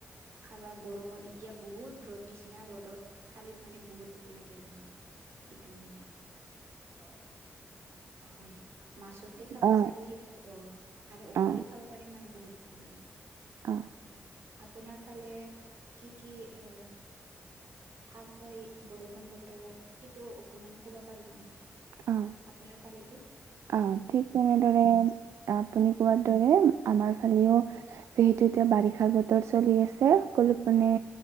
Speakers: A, on the right; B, on the right.
A: খাবা গৰমত এতিয়া বহুত ৰ'দ দিচিনা ৰ'দত খালি মানে বহুত ভাল লাগে। ইয়াৰ মানে সেইটো মানে অহ হয় মাছতে খাবা
B: অ
A: পাৰে সেইটো অহ আৰু অকলে
B: অ
A: খাবা পাৰে মানে বহুত ভাল লাগে।
B: অ
A: দে আপোনাৰ ফালে কি কি এ শাক হয় বৰষুণ বতৰত সেইটো অকমান কব পাৰিব নেকি
B: অ
A: আপোনাৰ ফালেটো
B: অ ঠিক তেনেদৰে আপুনি
A: হয়
B: কোৱাৰ দৰে আমাৰ ফালেও
A: হয়
B: যিহেতু এতিয়া বাৰিষাৰ বতৰ চলি আছে সকলো মানে
A: হয়